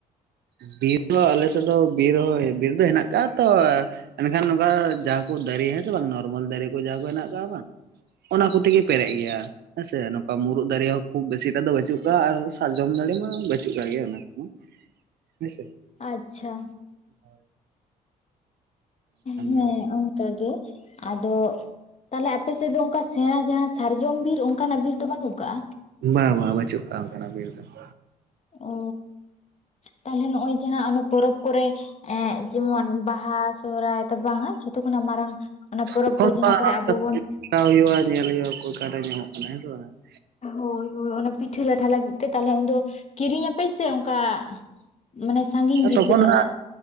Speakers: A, on the right; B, on the left.
A: ᱵᱤᱨ ᱫᱚ ᱟᱞᱮᱥᱮᱫ ᱫᱚ ᱵᱤᱨ ᱦᱚ ᱵᱤᱨ ᱫᱚ ᱦᱮᱱᱟᱜ ᱟᱠᱟᱜ-ᱟ ᱛᱚ ᱻ ᱮᱱᱠᱷᱟᱱ ᱱᱚᱝᱠᱟ ᱡᱟ ᱠᱚ ᱫᱟᱨᱮ ᱦᱮᱸ ᱥᱮ ᱵᱟᱝ, ᱱᱚᱨᱢᱟᱞ ᱫᱟᱨᱮ ᱠᱚ ᱡᱟ ᱠᱚ ᱦᱮᱱᱟᱜ ᱠᱟᱜ-ᱟ ᱵᱟᱝ ᱚᱱᱟ ᱠᱚᱛᱮ ᱜᱮ ᱯᱮᱨᱮᱜ ᱜᱮᱭᱟ ᱾ ᱦᱮᱸᱥᱮ ᱱᱚᱝᱠᱟ ᱢᱩᱨᱩᱫ ᱫᱟᱨᱮ ᱦᱚᱸ ᱠᱷᱩᱵ ᱵᱮᱥᱤᱴᱟ ᱫᱚ ᱵᱟᱹᱪᱩᱜ ᱠᱟᱜ-ᱟ ᱟᱨ ᱥᱟᱨᱡᱚᱢ ᱫᱟᱨᱮ ᱢᱟ ᱵᱟᱹᱪᱩᱜ ᱠᱟᱜ ᱜᱮ ᱚᱱᱟ ᱠᱚ ᱾ ᱦᱮᱸ ᱥᱮ ᱾
B: ᱟᱪᱪᱷᱟ ᱾
A: ᱦᱳᱭ ᱾
B: ᱦᱮᱸ
A: ᱫᱚ
B: ᱚᱱᱠᱟ ᱜᱮ, ᱟᱫᱚ ᱛᱟᱦᱞᱮ ᱟᱯᱮ ᱥᱮᱫ ᱫᱚ ᱚᱱᱠᱟ ᱥᱮᱬᱟ ᱡᱟᱦᱟᱸ ᱥᱟᱨᱡᱚᱢ ᱵᱤᱨ ᱚᱱᱠᱟᱱᱟᱜ ᱵᱤᱨ ᱫᱚ ᱵᱟᱹᱱᱩᱜ ᱠᱟᱜ-ᱟ?
A: ᱵᱟ ᱵᱟ ᱵᱟᱹᱪᱩᱜ ᱠᱟᱜ-ᱟ ᱚᱱᱠᱟᱱᱟᱜ ᱵᱤᱨ ᱫᱚ ᱾
B: ᱚᱻ ᱛᱟᱦᱞᱮ ᱱᱚᱸᱜ-ᱚᱭ ᱡᱟᱦᱟᱸ ᱚᱱᱮ ᱯᱚᱨᱚᱵᱽ ᱠᱚᱨᱮ ᱮᱜ ᱡᱮᱢᱚᱱ ᱵᱟᱦᱟ ᱥᱚᱦᱚᱨᱟᱭ ᱫᱚ ᱵᱟᱝᱟ ᱡᱷᱚᱛᱚ ᱠᱷᱚᱱᱟᱜ ᱢᱟᱨᱟᱝ ᱚᱱᱟ ᱯᱚᱨᱚᱵᱽ
A: ᱛᱚᱠᱷᱚᱱ
B: ᱠᱚ ᱡᱟᱦᱟᱸ
A: ᱫᱚ
B: ᱠᱚᱨᱮᱜ ᱟᱵᱚ ᱵᱚᱱ
A: ᱦᱟᱛᱟᱣ ᱦᱩᱭᱩᱜ-ᱟ ᱧᱮᱞ ᱦᱩᱭᱩᱜ-ᱟ <unintelligible> ᱧᱟᱢᱚᱜ ᱠᱟᱱᱟ ᱦᱮᱸᱥᱮ ᱵᱟᱝ ᱾
B: ᱦᱳᱭ ᱦᱳᱭ ᱚᱱᱟ ᱯᱤᱴᱷᱟᱹ ᱞᱟᱴᱷᱟ ᱞᱟᱹᱜᱤᱫ ᱛᱮ ᱛᱟᱦᱞᱮ ᱩᱱᱫᱚ ᱠᱤᱨᱤᱧ ᱟᱯᱮ ᱥᱮ ᱚᱱᱠᱟ ᱢᱟᱱᱮ ᱥᱟᱺᱜᱤᱧ ᱵᱤᱨ
A: ᱛᱚᱠᱷᱚᱱ
B: ᱯᱮ ᱪᱟᱞᱟᱜ-ᱟ?